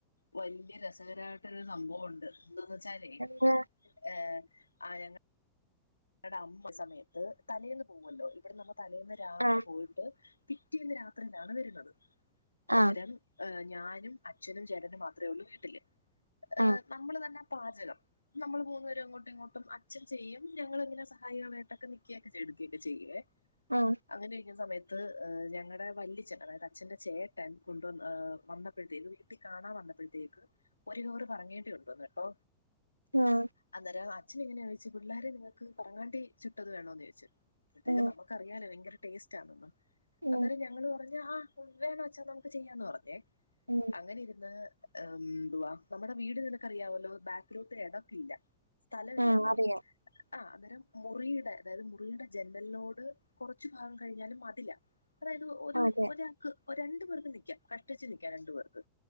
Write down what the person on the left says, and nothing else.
വല്ല്യ രസകരയിട്ടൊരു സംഭവോണ്ട് എന്തന്ന് വെച്ചാലേ
ഏഹ് ആയങ്ങ ടെ അമ്മ സമയത്ത് തലേന്ന് പോവുല്ലോ ഇവ്ട്ന്ന് മ്മ തലേന്ന് രാവിലെ
പോയി ട്ട് പിറ്റേന്ന് രാത്രിയിലാണ് വെര്ന്നത് അന്നേരം
ഏഹ് ഞാനും അച്ഛനും ചേട്ടനും മാത്രേ ഒള്ളൂ വീട്ടില് ഏഹ്
നമ്മള് തന്നെ പാചകം നമ്മൾ മൂന്നു പേരും അങ്ങോട്ടും ഇങ്ങോട്ടും അച്ഛൻ ചെയ്യും ഞങ്ങള് ങ്ങനെ സഹായൊക്കെ ആയിട്ടൊക്കെ നിക്കൊക്കെ ചെയ്യുവേ
അങ്ങനെ ഇരിക്കുന്ന സമയത്ത് ത്ത് ഏഹ് ഞങ്ങടെ വല്യച്ഛൻ അതായത് അച്ഛന്റെ ചേട്ടൻ കൊണ്ടുവന്ന് ഏഹ് വന്നപ്പഴത്തേക്ക്‌ വീ ട്ടി കാണാൻ വന്നപ്പഴത്തേക്ക് ഒര് കവറ് പറങ്ങേണ്ടി കൊണ്ടുവന്ന് കെട്ടോ
അന്നേരം അച്ഛനിങ്ങനെ ചോയ്ച് പിള്ളാരെ നിങ്ങൾക്ക് പറങ്ങാണ്ടി ചുട്ടത് വേണോന്ന് ചോയ്ച് പ്പഴത്തേക്കും
നമുക്കറിയാലൊ ഭയങ്കര ടേസ്റ്റ് ആണന്ന്
അന്നേരം ഞങ്ങള് പറഞ്ഞു ആഹ് <unintelligible> വെച്ചാ നമുക്ക് ചെയ്യാന്ന് പറഞ്ഞേ
അങ്ങനെ ഇര്ന്ന് എന്തുവാ നമ്മുടെ വീട് നിനക്കറിയാവല്ലോ ബാക്കിലോട്ട് എടപ്പില്ല സ്ഥലവില്ലല്ലോ
ആഹ് അന്നേരം മുറിയ്ടെ അതായത് മുറിയുടെ ജനല്നോട് കൊറച്ച് ഭാഗം കഴിഞ്ഞാല് മതിലാ അതായത് ഒരു
ഒരാക്ക് രണ്ട് പേർക്ക് നിക്കാം കഷ്ടിച്ച് നിക്കാം രണ്ട് പേർക്ക്